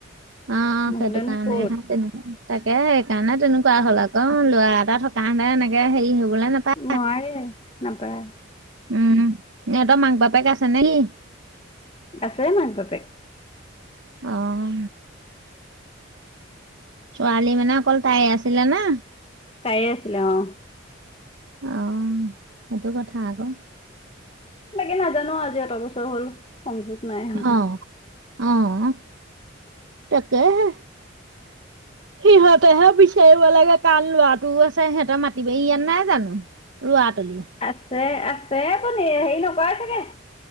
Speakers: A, on the right; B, on the left.
A: অ', অ'
B: নহ'লেনো
A: সেইটো কাৰণেহে
B: ক'ত
A: তেনেকা তাকেহে সেইকাৰণে তেনেকুৱা হ'ল আকৌ। অ', লৰা এটা থকা হেতেন এনেকে হেৰি হ'বলে নাপায়।
B: নোৱাৰে নাপায়।
A: উম, ইহঁতৰ মাক বাপেক আছে নেকি?
B: আছে মাক বাপেক।
A: অহ। ছোৱালী মানে অকল তায়েই আছিলে নে?
B: তায়েই আছিলে অহ।
A: অ', সেইটো কথা আকৌ।
B: বাকি নাজানো আৰু আজি অত' বছৰ হ'ল। সংযোগ নাই
A: অহ, অহ, তাকেহে।
B: <inaudible>
A: সিহঁতেহে বিচাৰিব লাগে, কাৰন লৰাটোও আছে, সিহঁতৰ মাতিবাৰি ইয়াত নাই জানো? ৰোৱা তলি।
B: আছে, আছে আপুনি হেৰি নকৰে চাগে।